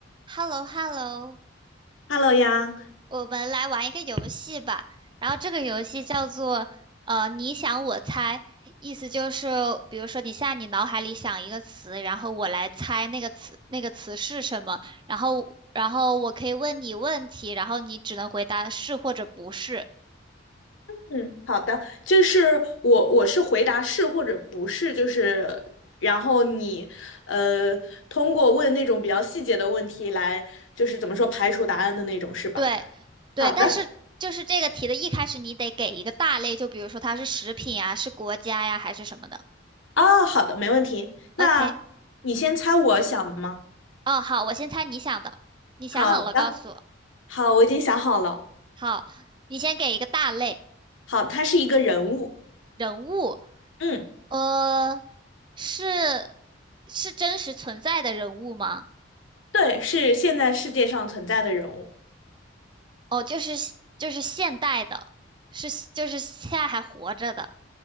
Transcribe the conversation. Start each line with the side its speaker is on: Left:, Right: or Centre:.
Right: h e l l o h e l l o
Left: Hello 呀，
Right: 我们来玩一个游戏吧。然后这个游戏叫做呃，你想我猜，意思就是，比如说你现在你脑海里想一个词，然后我来猜那个词那个词是什么，然后然后我可以问你问题，然后你只能回答是或者不是。
Left: 嗯，好的，就是我我是回答是或者不是，就是然后你呃通过问那种比较细节的问题来，就是怎么说排除答案的那种，是吧？
Right: 对，对，
Left: 好的，
Right: 但是就是这个题的一开始你得给一个大类，就比如说它是食品啊，是国家呀，还是什么的。
Left: 哦，好的，没问题。那你先猜我想的吗？
Right: OK，哦，好，我先猜你想的，你想好了告诉我。
Left: 好的，好，我已经想好了。
Right: 好，你先给一个大类，
Left: 好，他是一个人物，
Right: 人物，
Left: 嗯，
Right: 呃，是是真实存在的人物吗？
Left: 对，是现在世界上存在的人物，
Right: 哦，就是就是现代的，是就是现在还活着的。